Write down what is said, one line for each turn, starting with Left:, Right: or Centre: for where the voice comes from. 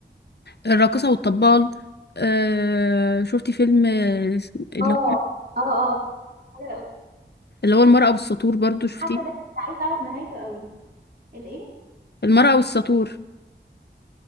Left: الراقصة والطبال آه شفتي فيلم آه، اللي
Right: اه
Left: هو
Right: اه اه حلو قوي
Left: اللي هو المرأة والسطور برضو شفتيه
Right: حتى ده كنت عايزه اعرف نهايته قوي الايه
Left: المرأة والسطور